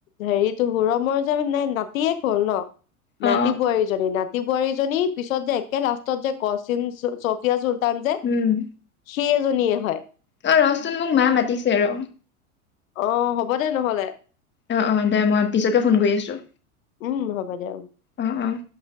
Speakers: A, on the left; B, on the left.
A: হেৰিতো হুৰমৰ যে মানে নাতিয়েক হ'ল ন'? নাতি
B: অ
A: বোৱাৰীজনী, নাতি বোৱাৰীজনী পিছত যে একে লাষ্টত যে কচিম চফিয়া চুলতান যে
B: উম।
A: সেইজনীয়ে হয়।
B: ঐ, ৰচোন, মোক মায়ে মাতিছে ৰ।
A: অ', হ'ব দে নহ'লে।
B: অ', অ' দে, মই পিছতে ফোন কৰি আছোঁ।
A: উম, হ'ব দে।
B: অ', অ'।